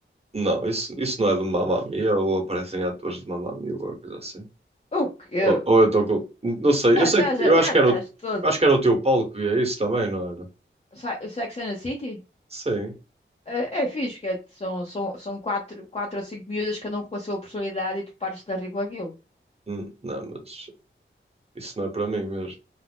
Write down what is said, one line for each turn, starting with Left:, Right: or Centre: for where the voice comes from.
Right: Não, isso, isso não é de Mamma Mia ou aparecem atores de Mamma Mia ou alguma coisa assim.
Left: O quê?
Right: Ou, ou eu estou com. Não sei,
Left: Já
Right: eu sei,
Left: estás,
Right: que- eu
Left: já já
Right: acho que
Left: estás
Right: era o,
Left: todo.
Right: eu acho que era o teu Paulo que via isso também, não era?
Left: Sa- Sex and the City?
Right: Sim.
Left: É, é fixe, que é- são, são, são quatro, quatro ou cinco miúdas, cada um com a sua personalidade, e tu pares de dar rir com aquilo.
Right: Hum, Não, mas isso não é para mim mesmo.